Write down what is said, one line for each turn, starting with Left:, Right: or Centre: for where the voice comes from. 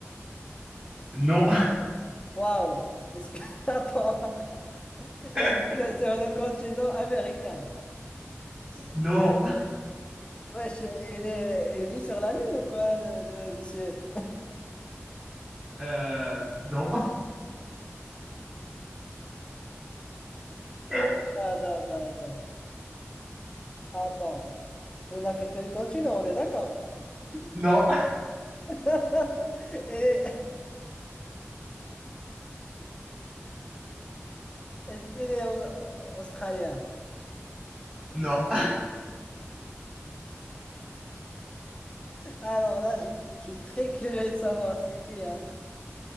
Right: non,
Left: Waouh! Est-ce que <laughs> attends, est-ce
Right: <laughs>
Left: que c'est sur le continent américain?
Right: non,
Left: Wesh, il est, il vit sur la Lune ou quoi, le, le monsieur?
Right: euh, non, <laughs>
Left: Attends, attends, attends. Attends. On a fait tout le continent, on est d'accord?
Right: non, <laughs>
Left: <laughs> Et- Est-ce qu'il est en- euh, australien?
Right: non.
Left: Alors là, je, je suis très curieux de savoir c'est qui, hein?